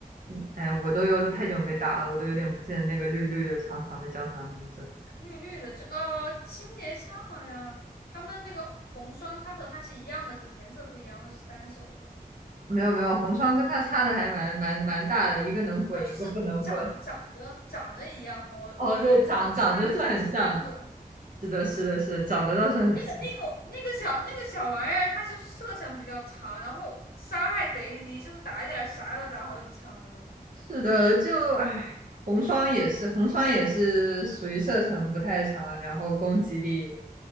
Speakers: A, on the right; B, on the left.
A: 嗯，哎，我都有太久没打了，我都有点不记得那个绿绿的长长的叫啥名字。
B: 绿绿的，就呃，清洁枪好像他们那个红双，它和它是一样的，只是颜色不一样，或者是单手的
A: 没有没有，红双跟他差的还蛮蛮蛮大的，一个能滚，
B: 啊，就是长长得长得一样。
A: 一个不能滚。
B: 我我的意思是，
A: 哦，对，长长得是很像，
B: 它是单它是单个
A: 是的，是的，是的，长得倒是很像。
B: 那个那个那个小那个小玩意儿，它就是射程比较长，然后伤害贼低，就是打一点儿啥的打好几枪的那种
A: 是的，就唉，红双也是，红双也是属于射程不太长，然后攻击力